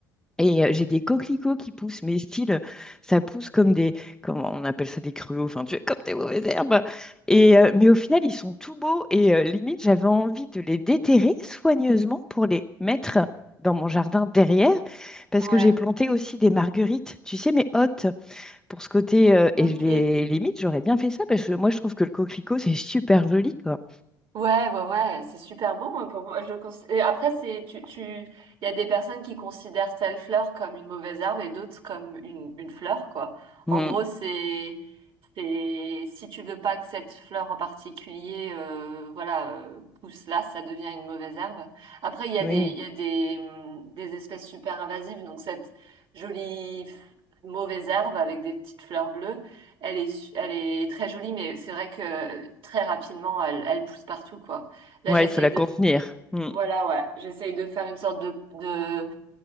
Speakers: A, in the centre; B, on the right.
A: Et euh, j'ai des coquelicots qui poussent, mais style, euh, ça pousse comme des, comment on appelle ça, des gruaux, enfin, tu comme des mauvaises herbes. Et, euh, mais au final, ils sont tout beaux et euh, limite, j'avais envie de les déterrer soigneusement pour les mettre dans mon jardin derrière, parce
B: ouais.
A: que j'ai planté aussi des marguerites, tu sais, mais hautes, pour ce côté, euh,
B: Ok.
A: et je les limite, j'aurais bien fait ça, parce que moi, je trouve que le coquelicot, c'est super joli, quoi.
B: Ouais, ouais, ouais, c'est super beau, hein, pour moi. Je le cons- et après, c'est, tu, tu, il y a des personnes qui considèrent telle fleur comme une mauvaise herbe et d'autres comme une, une fleur, quoi.
A: Mm,
B: En gros, c'est, c'est, si tu veux pas que cette fleur en particulier, euh, voilà, euh, pousse là, ça devient une mauvaise herbe. Après, il y a
A: oui,
B: des, il y a des, hum, des espèces super invasives, donc cette jolie f- mauvaise herbe avec des petites fleurs bleues. Elle est, su- elle est très jolie, mais c'est vrai que très rapidement, elle, elle pousse partout, quoi. Là,
A: ouais,
B: j'essaye
A: il faut la
B: de,
A: contenir. Mm.
B: voilà, ouais, j'essaye de faire une sorte de, de,